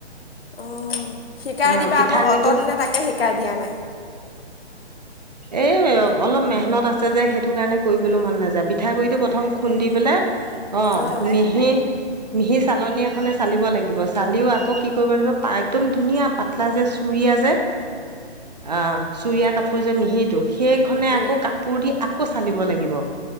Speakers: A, on the left; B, on the right.
A: অঁ শিকাই
B: অ
A: দিবা
B: পিঠাগুৰিটো
A: আকৌ অটদিনে তাকে শিকাই দিয়া নাই।
B: এ অলপ মেহনত আছে যে সেইটো কাৰণে কৰিবলৈ মন নাযায় পিঠাগুড়িটো প্ৰথম খুন্দি পেলাই অ',
A: অঁ
B: মিহি। মিহি চালনী এখনে চালিব লাগিব চালিও আকৌ কি কৰিব লাগিব পাক একদম ধুনীয়া পাতলা যে চুুৰিয়া যে অ' চুুৰিয়া কাপোৰ যে মিহিটো। সেইখনে
A: অঁ
B: আকৌ কাপোৰ দি আকৌ চালিব লাগিব।